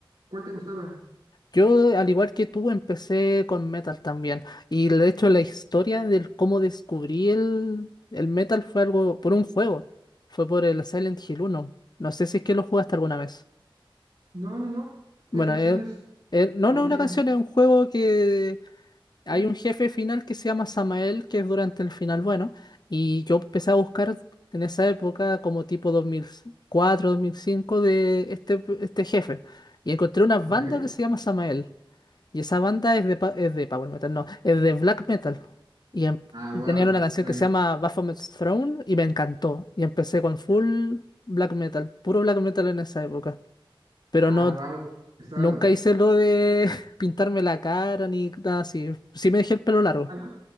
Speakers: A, on the right; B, on the left.
A: cuál te gustaba?
B: Yo, al igual que tú, empecé con metal también. Y de hecho la historia del cómo descubrí el, el metal fue algo por un juego. Fue por el Silent Hill uno No sé si es que lo jugaste alguna vez.
A: No, no, no.
B: Bueno,
A: ¿Qué canciones
B: eh, eh, no,
A: había?
B: no es una canción, es un juego que Hay
A: Ok.
B: un jefe final que se llama Samael, que es durante el final bueno, y yo empecé a buscar en esa época como tipo dos dos mil cuatro dos mil cinco de este, este jefe, y encontré una banda
A: ok.
B: que se llama Samael, y esa banda es de, pa- es de Power Metal, no, es de Black Metal, y, em-
A: Ah,
B: y
A: wow.
B: tenían una canción
A: Medio.
B: que se llama Baphomet's Throne, y me encantó, y empecé con full Black Metal, puro Black Metal en esa época, pero
A: Ah,
B: no,
A: wow. Pesado.
B: nunca hice lo de <laughs> pintarme la cara ni nada así, sí me dejé el pelo largo.
A: Ah, ¿no?